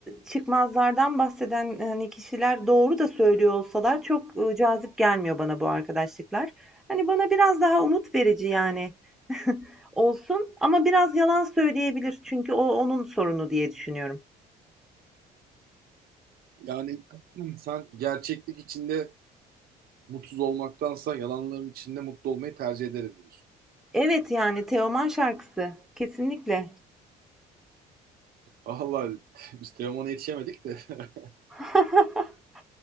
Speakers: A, in the centre; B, on the right (about 65°).
A: çıkmazlardan bahseden, hani, kişiler doğru da söylüyor olsalar çok, ııı, cazip gelmiyor bana bu arkadaşlıklar. Hani, bana biraz daha umut verici, yani, <laughs> olsun ama biraz yalan söyleyebilir çünkü o onun sorunu diye düşünüyorum.
B: Yani <clears throat> sen gerçeklik içinde mutsuz olmaktansa yalanların içinde mutlu olmayı tercih ederim diyorsun.
A: Evet, yani, Teoman şarkısı. Kesinlikle.
B: Allah <laughs> biz Teoman'a yetişemedik de. <laughs>
A: <laughs>